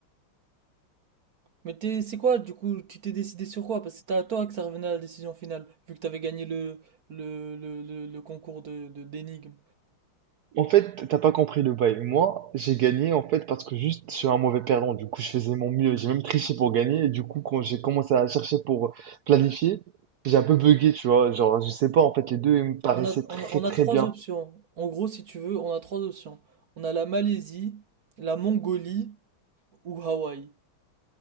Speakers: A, on the right (about 50°); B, on the right (about 70°).
A: Mais t'es, c'est quoi, du coup, tu t'es décidé sur quoi? Parce que c'était à toi que ça revenait à la décision finale, vu que t'avais gagné le, le, le, le, le concours de, de, d'énigmes.
B: En fait, t'as pas compris le bail. Moi, j'ai gagné en fait parce que juste je suis un mauvais perdant. Du coup, je faisais mon mieux. J'ai même triché pour gagner. Et du coup, quand j'ai commencé à chercher pour planifier, j'ai un peu bugué, tu vois. Genre, je sais pas, en fait, les deux ils me paraissaient
A: On a,
B: très
A: on a- on
B: très
A: a trois
B: bien.
A: options. En gros, si tu veux, on a trois options. On a la Malaisie, la Mongolie ou Hawaï.